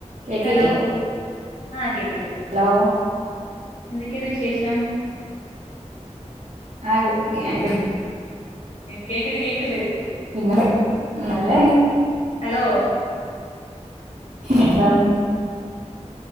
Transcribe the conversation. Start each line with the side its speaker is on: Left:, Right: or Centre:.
Right: കേക്ക
Left: ഹലോ ആ കേക്ക്ണ്ട്
Right: ഹലോ
Left: എന്തൊക്കെയുണ്ട് വിശേഷം
Right: ആ <inaudible>
Left: കേക്കണ്ട് കേക്കണ്ട്
Right: പിന്നെ നല്ല
Left: ഹലോ
Right: എന്താണ്